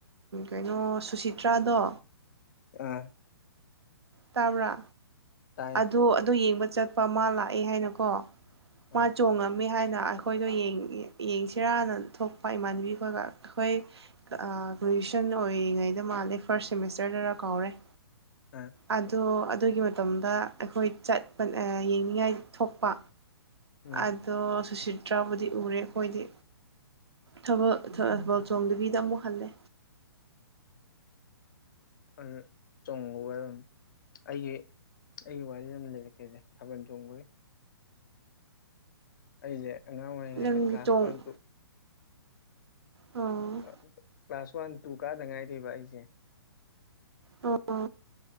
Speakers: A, on the right; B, on the left.
A: ꯀꯩꯅꯣ ꯁꯨꯁꯤꯇ꯭ꯔꯥꯗꯣ
B: ꯑ
A: ꯇꯕꯔꯥ
B: ꯇꯥꯏꯌꯦ
A: ꯑꯗ ꯑꯗꯨꯣ ꯌꯦꯡꯕ ꯆꯠꯄ ꯃꯥ ꯂꯥꯛꯑꯦ ꯍꯥꯏꯅꯀꯣ ꯃꯥ
B: ꯑꯥ
A: ꯆꯣꯉꯝꯃꯦ ꯍꯥꯏꯅ ꯑꯩꯈꯣꯏꯗꯣ ꯌꯦꯡꯁꯤꯔꯥꯅ ꯊꯣꯛꯄ ꯏꯃꯥꯟꯅꯕꯤ ꯈꯒ ꯑꯩꯈꯣꯏ ꯒ꯭ꯔꯦꯖꯨꯦꯁꯟ ꯑꯣꯏꯔꯤꯉꯩꯗ ꯃꯥꯜꯂꯦ ꯐꯥꯔꯁꯠ ꯁꯦꯃꯤꯁꯇꯔꯗꯔ ꯀꯥꯎꯔꯦ
B: ꯑ
A: ꯑꯗꯣ ꯑꯗꯨꯒꯤ ꯃꯇꯝꯗ ꯑꯩꯈꯣꯏ ꯆꯠꯄ ꯌꯦꯡꯅꯤꯡꯉꯥꯏ ꯊꯣꯛꯄ
B: ꯎꯝ
A: ꯑꯗꯣ ꯁꯨꯁꯤꯇ꯭ꯔꯕꯨꯗꯤ ꯎꯔꯦ ꯑꯩꯈꯣꯏꯗꯤ ꯊꯕ ꯊꯕꯜ ꯆꯣꯡꯗꯕꯤꯗ ꯑꯃꯨꯛ ꯍꯜꯂꯦ
B: ꯑꯗꯨ ꯆꯣꯡꯉꯒ ꯑꯗꯨꯝ ꯑꯩꯒꯤ ꯑꯩꯒꯤ ꯋꯥꯔꯤ ꯑꯃ ꯂꯩꯔꯛꯀꯦꯁꯦ ꯊꯥꯕꯜ ꯆꯣꯡꯕꯒꯤ ꯑꯩꯁꯦ ꯑꯉꯥꯡ ꯑꯣꯏꯔꯤꯉꯩꯗ
A: ꯅꯪꯗꯤ
B: ꯀ꯭ꯂꯥꯁ
A: ꯆꯣꯡ
B: ꯋꯥꯟ ꯇꯨ
A: ꯑꯣ
B: ꯑ ꯀ꯭ꯂꯥꯁ ꯋꯥꯟ ꯇꯨ ꯀꯥꯗ ꯉꯥꯏꯔꯤꯕ ꯑꯩꯁꯦ
A: ꯑꯣ